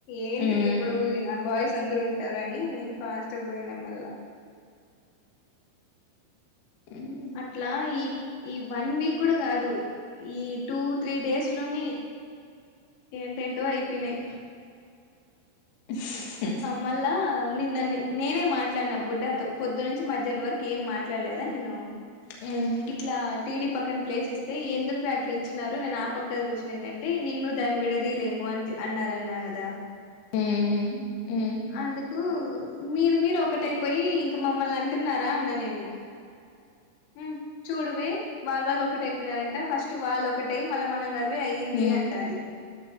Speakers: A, on the left (about 85°); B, on the left (about 65°).
A: ఏంటికి
B: హ్మ్
A: ఇప్పుడు బాయ్స్ అందరుూ ఉంటారు అని ఫాస్ట్ పోయిన మళ్ళ
B: హ్మ్
A: అట్ల ఈ ఈ వన్ వీక్ కూడా కాదు ఈ టూ త్రీ డేస్ లోనే ఏంటేంటో అయిపోయినాయి
B: స్ హూ
A: మళ్ళ నిన్నని నేనే మాట్లాడిన బుడ్డాతో పొద్దు నుంచి మధ్యాహ్నం వరకు ఏం మా ఇట్లాలేదా నేను
B: హ్మ్
A: ఇట్లా టీ వి పక్కన ప్లేస్ ఇస్తే ఎందుకు <unintelligible> అట్లా ఇచ్చినారు నేను ఆ పక్క కూచు లేదంటే నిన్ను దాన్ని విడదీలేము అ అన్నారన్నా కదా
B: హ్మ్ హు ఉ
A: అందుకు మీరు మీరు ఒకటైపోయి ఇంక మమ్మల్ అంటున్నారా అన్నా నేను వ్మ్ చూడవే వాల్ వాళ్ళు ఒకటై పోయినారంట ఫస్ట్ వాళ్ళు ఒకటై మళ్ళ మనం గ వే అయింది
B: హ్మ్
A: అంటది